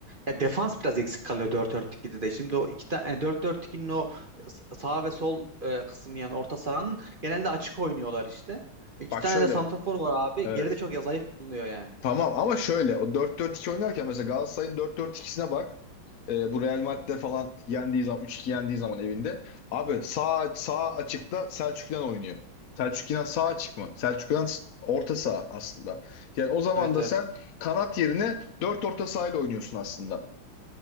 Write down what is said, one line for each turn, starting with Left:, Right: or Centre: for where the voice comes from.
Right: ya defans biraz eksik kalıyor dört dört 2de de. Şimdi o iki tane dört dört iki'nin o s- sağ ve sol e, kısmı yani orta sahanın genelde açık oynuyorlar işte. İki
Left: Bak
Right: tane
Left: şöyle
Right: de santrafor var abi.
Left: evet.
Right: Geride çok ya zayıf kalınıyor yani.
Left: Tamam ama şöyle o dört dört iki oynarken mesela Galatasaray'ın dört dört ikisine bak. Ee, bu Real Madrid'de falan yendiği zaman üç 2 yendiği zaman evinde. Abi sağ sağ açıkta Selçuk İnan oynuyor. Selçuk İnan sağ açık mı? Selçuk İnan s- orta saha aslında. Yani o zaman
Right: Evet
Left: da
Right: evet
Left: sen kanat yerine 4 orta saha ile oynuyorsun aslında.